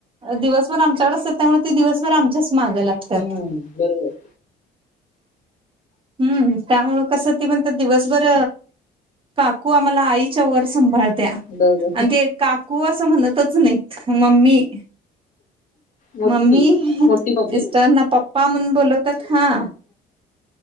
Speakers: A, on the right; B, on the left.
A: दिवसभर आमच्याकड असत्यात त्यामुळे ते दिवसभर आमच्याच मागं लागतात.
B: हम्म बरोबर.
A: हम्म त्यामुळं कसं ती म्हणत्यात दिवसभर काकू आम्हाला आईच्या वर सांभाळत्या
B: बरोबर
A: आणि ते काकू असं म्हणत तच नाईत मम्मी.
B: मोठी
A: मम्मी
B: मोठी मम्मी
A: मिस्टर ना पप्पा म्हणून बोलवतात हा.